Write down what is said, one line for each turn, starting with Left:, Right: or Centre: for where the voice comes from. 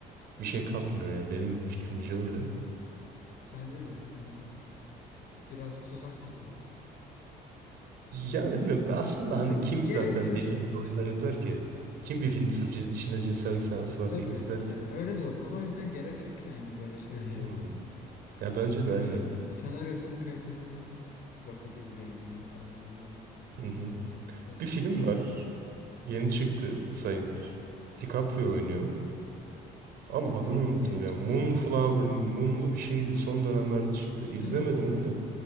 Right: bir şey katmıyor yani. Benim fikrimce öyle.
Left: Bence de hani biraz tuzak gibi.
Right: Yani bilmiyorum aslında
Left: Çok
Right: hani
Left: ge-
Right: kim
Left: gereksiz
Right: zaten bir filmi
Left: bence.
Right: o yüzden izler ki? Kim bir filmi sırf cin- içinde cinsellik sahnesi var
Left: Tabii
Right: diye izler
Left: yani
Right: ki?
Left: öyle de olmaz. O yüzden gerek yok yani böyle şeylere.
Right: Hmm. Ya
Left: <laughs>
Right: bence
Left: Bıra-
Right: de aynen.
Left: yani senaryosunun kalitesine bakıp izleyelim yani sadece ne olacak.
Right: Hı hı.
Left: Keşke.
Right: Bir film var. Yeni çıktı sayılır. DiCaprio oynuyor. Ama
Left: DiCaprio
Right: adını
Left: oynuyor.
Right: unuttum
Left: Yeni
Right: ya.
Left: çıktı.
Right: Moonflower, Moonlu bir şeydi. Son dönemlerde çıktı.
Left: Hiç
Right: İzlemedim
Left: duymadım ya.
Right: onu da.